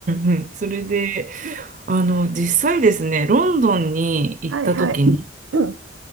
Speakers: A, on the right; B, on the right.
A: うん。それで、あの、実際ですね、ロンドンに行った時に、
B: はいはい。うん